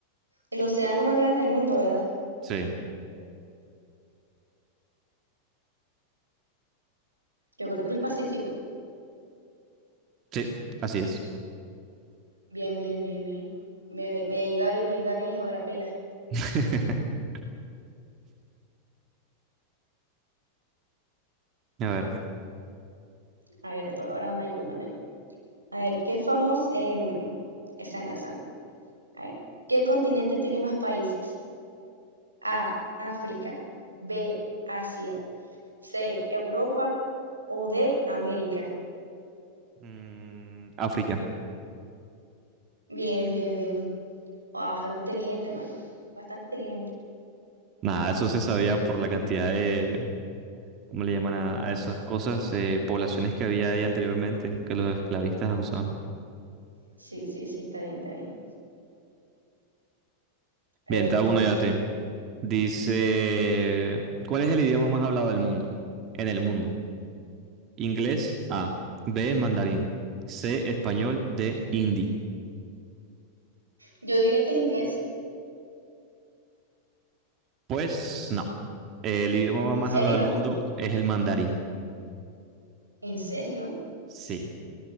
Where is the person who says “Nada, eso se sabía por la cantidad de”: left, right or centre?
Right